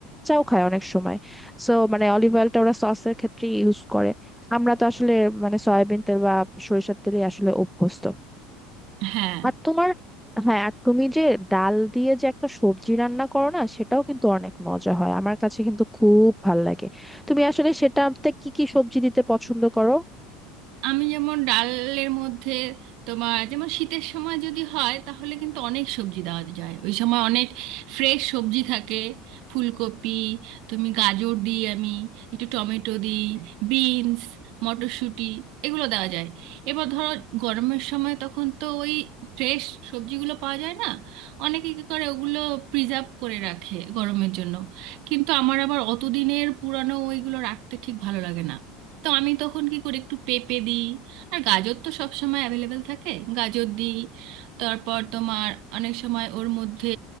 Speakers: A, in the centre; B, on the right.
A: চাও খায় অনেক সময় সো মানে অলিভ অয়েলটা ওরা সসের ক্ষেত্রে ইউজ করে আমরা তো আসলে মানে সয়াবিন তেল বা সরিষার তেলই আসলে অভ্যস্ত
B: হ্যাঁ
A: আর তোমার হ্যাঁ আর তুমি যে ডাল দিয়ে যে একটা সবজি রান্না করো না সেটাও কিন্তু অনেক মজা হয় আমার কাছে কিন্তু খুব ভাল লাগে তুমি আসলে সেটাতে কি কি সবজি দিতে পছন্দ করো
B: আমি যেমন ডালের মধ্যে তোমার যেমন শীতের সময় যদি হয় তাহলে কিন্তু অনেক সবজি দেওয়া যায় ওই সময় অনেক ফ্রেশ সবজি থাকে ফুলকপি তুমি গাজর দিই আমি একটু টমেটো দিই বিনস মটরশুঁটি এগুলো দেওয়া যায় এবার ধরো গরমের সময় তখন তো ওই ফ্রেশ সবজিগুলো পাওয়া যায় না অনেকে কী করে ওগুলো প্রিজার্ভ করে রাখে গরমের জন্য কিন্তু আমার আবার অতদিনের পুরানো ওইগুলো রাখতে ঠিক ভালো লাগে না তো আমি তখন কি করি একটু পেঁপে দিই আর গাজর তো সব সময় অ্যাভেলেবেল থাকে গাজর দিই তারপর তোমার অনেক সময় ওর মধ্যে